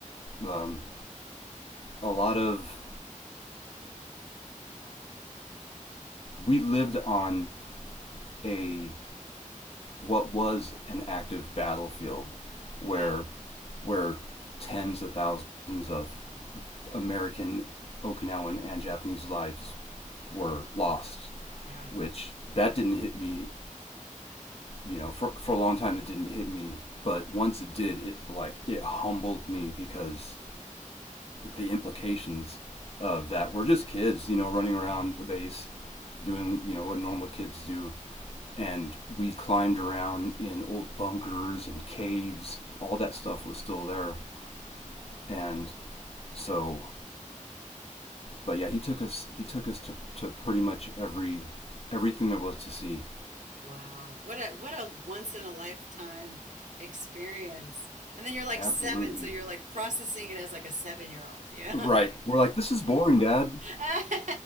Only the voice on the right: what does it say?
Wow.
Yeah.
Yeah.
Wow. What a what a once in a lifetime experience. And then you're like
seven, so you're like processing it as like a seven year old, you know?
<laughs>